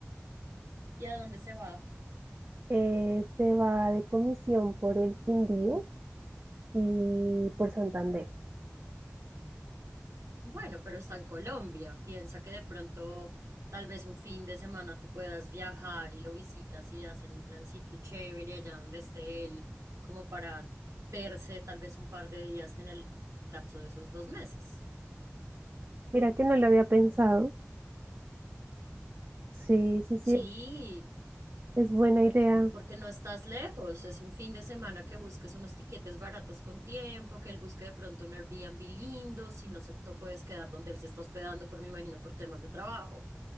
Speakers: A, on the right; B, on the right.
A: ¿Y a dónde se va?
B: eh, se va de comisión por el Quindío y por Santander.
A: Bueno, pero está en Colombia. Piensa que de pronto, tal vez un fin de semana tú puedas viajar y lo visitas y hacer un plancito chévere allá donde esté él, como para verse tal vez un par de días en el lapso de esos dos meses.
B: Mira que no lo había pensado. Sí, sí, sí,
A: Sí,
B: es buena idea.
A: porque no estás lejos, es un fin de semana que busques unos tiquetes baratos con tiempo, que él busque de pronto un Airbnb lindo, si no se te puedes quedar donde él se está hospedando, por me imagino por temas de trabajo,